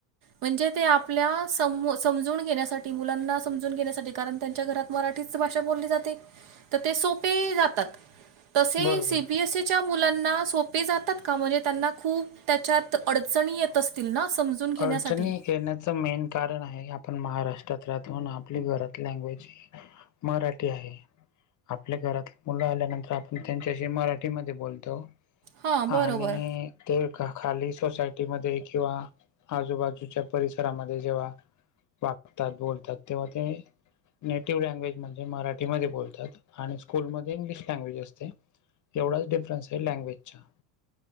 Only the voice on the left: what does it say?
बरोबर.
अडचणी येण्याचं मेन कारण आहे आपण महाराष्ट्रात राहतो आणि आपली घरा लँग्वेज मराठी आहे. आपले घरातली मुलं आल्यानंतर आपण त्यांच्याशी मराठीमध्ये बोलतो.
आणि ते खा-खाली सोसायटीमध्ये किंवा आजूबाजूच्या परिसरामध्ये जेव्हा वागतात, बोलतात तेव्हा ते नेटिव्ह लँग्वेज म्हणजे मराठीमध्ये बोलतात आणि स्कूलमध्ये इंग्लिश लँग्वेज असते. एवढाच डिफरन्स आहे लँग्वेज अच्छा